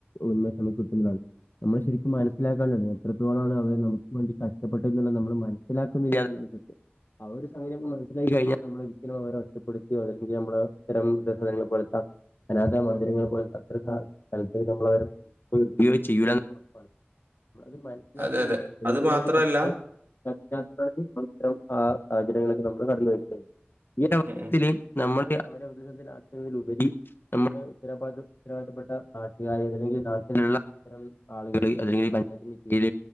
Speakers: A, on the left (about 55°); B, on the right (about 60°).
A: ഉന്മേഷം നമുക്ക് കിട്ടുന്നതാണ് നമ്മള് ശരിക്കും മനസ്സിലാക്കാണ്ടാണ് എത്രത്തോളാണ് അവരെ നമുക്ക് വേണ്ടി കഷ്ടപ്പെട്ട എന്നുള്ള നമ്മൾ മനസ്സിലാക്കുന്നില്ല എന്നുള്ള സത്യം അവര് സംം മനസിലാക്കി കിഞ്ഞാൽ നമ്മള് വിൽ അവരോ <unintelligible> അല്ലെങ്കി നമ്മള് <unintelligible> അനാഥ മന്ദിരങ്ങൾ പോലെ അത്ര <unintelligible> നമ്മള് അവരെ <unintelligible> <unintelligible>
B: <inaudible>
A: ത് മനസ്സിലാക്കുന്നില്ലാ
B: അതെ അതെ
A: എന്തുകൊണ്ട്
B: അത് മാത്രല്ല
A: നമ്മുടെ <unintelligible> മാത്രം ആ സാഹചര്യങ്ങളൊക്കെ നമ്മളും കടന്നു <unintelligible> ഈ അവസരത്തില്
B: ഉം ഉം
A: നമ്മുടെ അവരെ പ്രതിസന്ധാക്കുന്നതിലുപരി നമ്മുടെ ഉത്തരവാദം ഉത്തരവാദിത്തപ്പെട്ട നാട്ടുകാര് ഏതെങ്കിലും നാട്ടു <unintelligible> അല്ല പഞ്ചായത്തിൻ കീഴിൽ